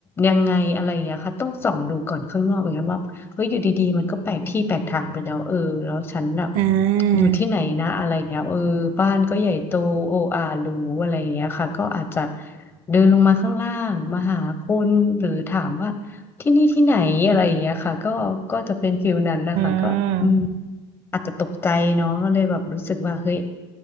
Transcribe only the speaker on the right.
อ่
า
อืม